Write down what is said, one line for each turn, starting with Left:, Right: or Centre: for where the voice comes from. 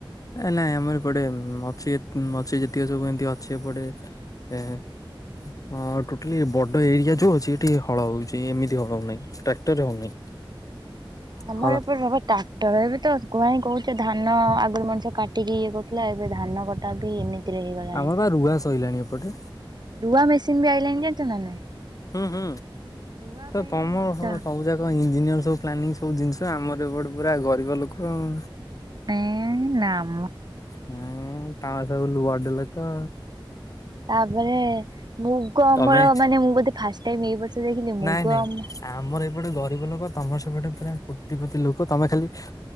Left: ନାଇଁ ଆମର ଏପଟେ ମଛିତ୍ ମଛି ଯେତିକି ସବୁ ଏମିତି ଅଛି ଏପଟେ। ହେଁ। ହଁ ଟୋଟାଲି ବଡ ଏରିଆ ଯୋଉ ଅଛି ଏଠି ହଳ ହଉଛି ଏମିତି ହଳ ହଉନାହିଁ ଟ୍ରାକ୍ଟରରେ ହଉନାହିଁ।
Right: ଆମର
Left: ହଳ
Right: ଏପଟ ବା ଟାକ୍ଟର ଏବେତ କୁହା କାଏଁ ସେ ଧାନ ଆଗରୁ ମଣିଷ କାଟିକି ଇଏ କରୁଥିଲା ଏବେ ଧାନ କଟା ବି ଏମିତି ଏଥୀରେ ହେଇଗଲାଣି
Left: ଆମର ବା ରୁଆ ସଇଲାଣି ଏପଟେ।
Right: ରୁଆ ମେସିନ ବି ଆଇଲାଣି ଜାଣିଚ କି ନାଇଁ।
Left: ହୁଁ ହୁଁ
Right: ରୁଆ
Left: ତ
Right: ପାଇଁ
Left: ତମର
Right: ବି ମଣିଷ
Left: ସବୁ ଜାକ ଇଞ୍ଜିନିୟର ସବୁ ପ୍ଲାନିଂ ସବୁ ଜିନିଷ ଆମର ଏ ପଟେ ପୁରା ଗରିବ ଲୋକ ଆଉ।
Right: ହେଁ ନାମ।
Left: ହୁଁ ତମର ସୁବୁ ବଡ ଲୋକ।
Right: ତାପରେ ମୁଗ ଅମଳ
Left: ତମେ
Right: ମାନେ ମୁଁ ବୋଧେ ଫାଷ୍ଟାଇମ୍ ଏଇ ବର୍ଷ। ଦେଖିଲି ମୁଗ
Left: ନାଇଁ ନାଇଁ
Right: ଅମ
Left: ଆମର ଏପଟେ ଗରିବ ଲୋକ। ତମର ସେପଟେ ପ୍ରାୟ କୋଟି ପତି ଲୋକ ତମେ ଖାଲି